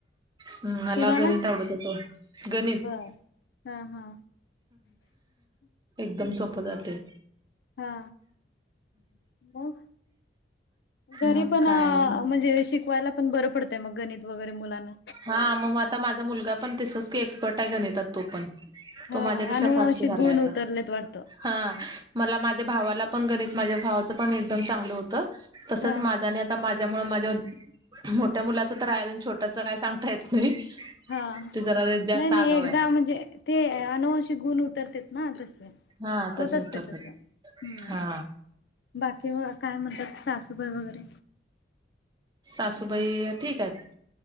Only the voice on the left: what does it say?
तुम्हाला
बर हा हा
हा. मग घरी
पण
म्हणजे शिक शिकवायला पण बंर पडतंय मग गणित वगैरे मुलांना.
हा
अनुवंशिक
गुण
उतरलेत वाटतं
हा
हा.
नाही
नाही एकदा
म्हणजे ते अनुवांशिक गुण उतरते ना तसे
होत
असते
तस हम्
बाकी काय म्हणतात सासू सुबाय वगैरे?